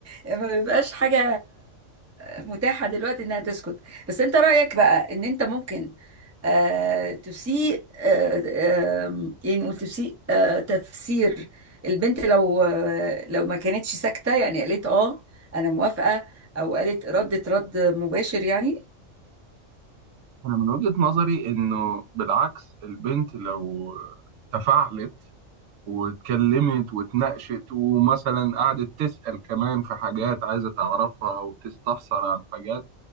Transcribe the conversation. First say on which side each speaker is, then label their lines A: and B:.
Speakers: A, on the right; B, on the right.
A: ما بيبقاش حاجة متاحة دلوقتي إنها تسكت بس أنت رأيك بقى إن أنت ممكن آه تسيء آه آه يعني نقول تسيء آه تفسير البنت لو آه لو ما كانتش ساكتة يعني قالت آه أنا موافقة أو قالت ردت رد مباشر يعني
B: أنا من وجهة نظري إنه بالعكس البنت لو تفاعلت واتكلمت واتناقشت ومثلا قعدت تسأل كمان في حاجات عايزة تعرفها أو تستفسر عن حاجات